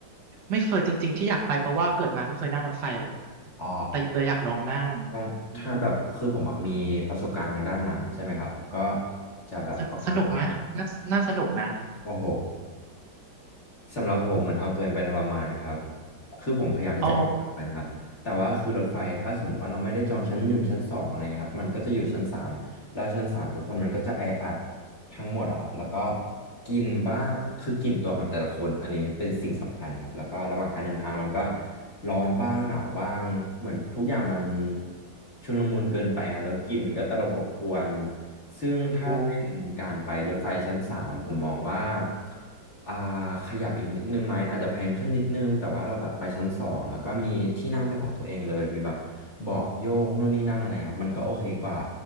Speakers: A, on the right (about 70°); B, on the left (about 40°).
A: ไม่เคยจริงๆที่อยากไปเพราะว่าเกิดมาไม่เคยนั่งรถไฟเลย
B: อ๋อ
A: แต่เลยอยากลองนั่ง
B: ต้องถ้าแบบคือผมอะมีประสบการณ์ทางด้านนั้นใช่ไหมครับก็
A: อืม
B: จะแบบประมาณว่า
A: สสนุกไหมน่าน่าสนุกนะ
B: โอ้โห สำหรับผมเหมือนเอาตัวเองไปทรมานครับ คือผมพยายามที่จะเอ็นไปนะครับแต่ว่าคือรถไฟถ้าสมมุติว่าเราไม่ได้จองชั้นหนึ่งชั้นสองอะไรเงี้ยครับ
A: โอ้
B: มันก็จะอยู่ชั้นสามแล้วชั้นสามทุกคนมันก็จะแออัดทั้งหมดอะครับ แล้วก็กลิ่นบ้างคือกลิ่นตัวของแต่ละคนอันนี้เป็นสิ่งสำคัญครับ แล้วก็ระหว่างการเดินทางมันก็ร้อนบ้างหนาวบ้างเหมือนทุกอย่างมันชุลมุนเกินไปครับแล้วกลิ่นก็ตลบอบอวนซึ่งถ้าเป็นการไปรถไฟชั้นสามผมมองว่า
A: โอ้
B: อ่าขยับอีกนิดนึงไหมอาจจะแพงขึ้นนิดนึงแต่ว่าเราแบบไปชั้นสองแล้วก็มีที่นั่งเป็นของตัวเองเลยมีแบบเบาะโยกนู่นนี่นั่นอะไรครับมันก็โอเคกว่า